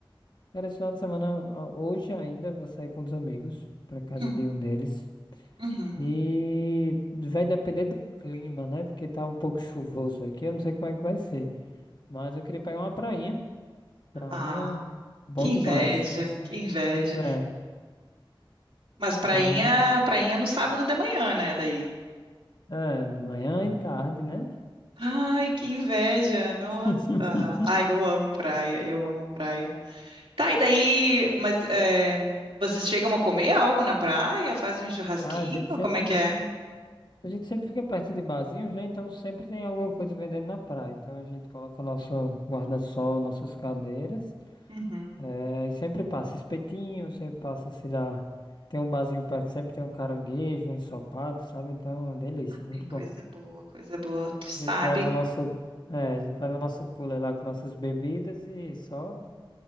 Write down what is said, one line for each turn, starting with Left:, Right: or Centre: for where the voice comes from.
Left: Cara, esse final de semana, a- hoje ainda, vou sair com os amigos, pra casa
Right: Hum,
Left: de um deles.
Right: uhum.
Left: E vai depender do clima, né? Porque tá um pouco chuvoso aqui, eu não sei como é que vai ser. Mas eu queria pegar uma prainha. Prainha,
Right: Ah,
Left: bom
Right: que inveja,
Left: demais. Passar.
Right: que inveja.
Left: Pois é,
Right: Mas prainha,
Left: prainha.
Right: prainha no sábado de manhã, né, daí?
Left: É, de manhã e tarde, né?
Right: Ai, que inveja, nossa.
Left: <laughs>
Right: Ai, eu amo praia, eu amo praia. Tá, e daí, mas é, vocês chegam a comer algo na praia? Fazem um churrasquinho?
Left: Ah, a gente sempre.
Right: Como é que é?
Left: A gente sempre fica perto de barzinhos, né? Então sempre tem alguma coisa vendendo na praia. Então a gente coloca nosso guarda-sol, nossas cadeiras.
Right: Uhum.
Left: é e sempre passa espetinho, sempre passa, sei lá. Tem um barzinho perto, sempre tem um caranguejo, um ensopado, sabe? Então, delícia, muito
Right: Ai, coisa
Left: bom.
Right: boa, coisa boa. Tu sabe.
Left: A gente leva nosso, é, a gente leva nosso cooler lá com nossas bebidas e só